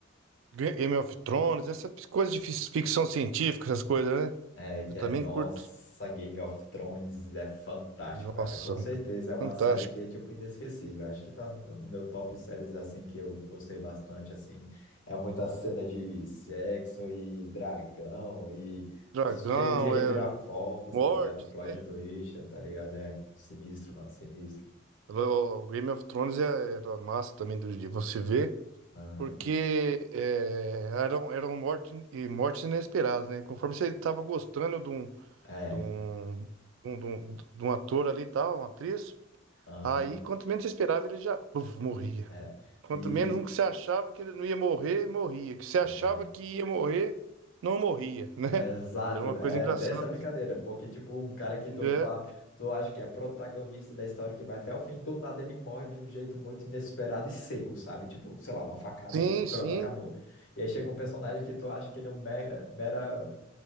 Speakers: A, on the right; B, on the left.
A: Ga- Game of Thrones, essa coisa de fis- ficção científica, essas coisas, né?
B: É, que
A: Eu também
B: é, nossa,
A: curto.
B: Game of Thrones é fantástico,
A: Nossa,
B: cara. Com certeza é uma
A: fantástico.
B: série que é, tipo, inesquecível. Acho que tá no no meu top séries, assim, que eu gostei bastante, assim. É muita cena de sexo e dragão e
A: Dragão,
B: cheio de reviravoltas,
A: é mortes,
B: tá ligado? Plot
A: né?
B: twist, tá ligado? É sinistro, mano, sinistro.
A: O o Game of Thrones é- era massa também do- de você ver,
B: Aham.
A: porque é, eram, eram morte, e mortes inesperadas, né? Conforme você estava gostando de um
B: É,
A: de um, de um, de um- de um ator ali e tal, uma atriz.
B: aham,
A: Aí, quanto menos você esperava, ele já puf, morria.
B: é.
A: Quanto
B: E
A: menos um que você achava que ele não ia morrer, morria. Que você
B: é,
A: achava que ia morrer, não morria, <laughs> né?
B: é exato,
A: Era uma coisa
B: é
A: engraçada.
B: dessa brincadeira, porque tipo, um cara que
A: né?
B: tu fa, tu acha que é protagonista da história que vai até o fim, do nada ele morre de um jeito muito inesperado e seco, sabe? Tipo, sei lá, uma facada
A: Sim,
B: e pronto,
A: sim.
B: acabou. E aí chega um personagem que tu acha que ele é um mega, mera